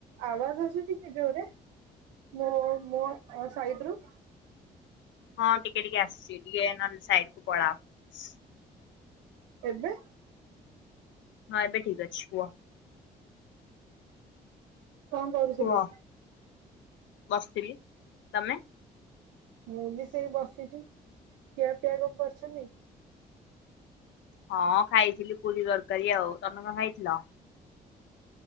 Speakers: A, on the right; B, on the left.
A: ଆବାଜ୍ ଆସୁଛି କି ଜୋରେ? <unintelligible> ମୋ ସାଇଡି଼ ରୁ?
B: ହଁ ଟିକେ ଟିକେ ଆସିଛି ଟିକେ ନହେଲେ ସାଇଡି଼ କୁ ପଳାଅ।
A: ଏବେ?
B: ହଁ ଏବେ ଠିକ୍ ଅଛି କୁହ।
A: କଣ କରୁଥିଲେ?
B: କୁହ ବସିଥିଲି ତମେ?
A: ମୁଁ ବି ସେଇ ବସିଚି ଖିଆପିଆ କଣ କରିଚନ୍ତି?
B: ହଁ ଖାଇଥିଲି ପୁରୀ ତରକାରୀ ଆଉ ତମେ କଣ ଖାଇଥିଲ?